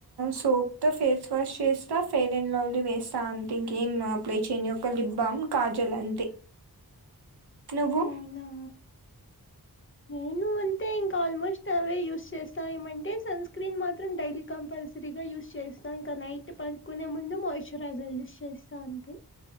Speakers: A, on the right (about 80°); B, on the left (about 35°).
A: సోప్ తో ఫేస్ వాష్ చేస్తా ఫేర్ అండ్ లవ్లీ వేస్తా అంతే ఇంకేమ్ అప్లై చేయని ఒక లిప్ బామ్ కాజల్ అంతే నువ్వు
B: అవునా నేను అంతే ఇంకా ఆల్మోస్ట్ అవే యూస్ చేస్తా ఏమంటే సన్స్ స్క్రీ మాత్రం డలీ కంపల్ససరిగా యూస్ చేస్తా ఇంక నైట్ పనుకొనే ముందు మయిస్చరాజర్ యూస్ చే స్త అంతే